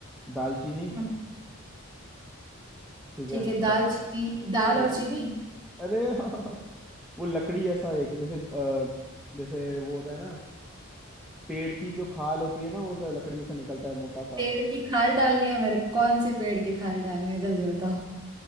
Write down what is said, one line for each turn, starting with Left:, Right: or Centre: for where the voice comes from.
Centre: दालचीनी
Right: हम्म,
Centre: ठीक
Right: ठीक
Centre: है
Right: है दाल
Centre: दा,
Right: चीनी दाल
Centre: वो
Right: और चीनी
Centre: अरे <laughs> वो लकड़ी ऐसा एक जैसे अ, जैसे वो होता है ना पेड़ की जो खाल होती है ना वो सा लकड़ी ऐसा निकलता है मोटा सा
Right: पेड़ की खाल डालनी है मेरे को कौन सी पेड़ की खाल डालनी है जल्दी बताओ